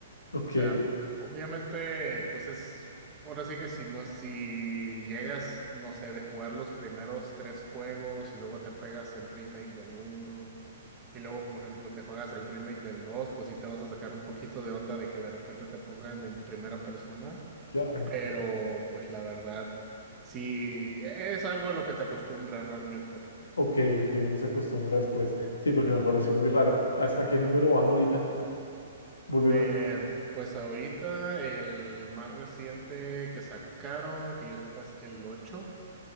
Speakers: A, on the left; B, on the right.
A: ok,
B: O sea, obviamente, pues es, ahora sí que si no, si llegas, no sé, de jugar los primeros tres juegos y luego te juegas el remake del uno y luego, por ejemplo, te juegas el remake del dos, pues sí te vas a sacar un poquito de onda de que de repente te pongan en primera persona,
A: claro.
B: pero pues la verdad, sí es algo a lo que te acostumbras realmente.
A: Ok, ok, uno se acostumbra después. Sí, porque me pareció muy raro. ¿Hasta qué número van ahorita? Volvieron.
B: Eh,
A: a-
B: pues ahorita el más reciente que sacaron, que yo sepa, es el ocho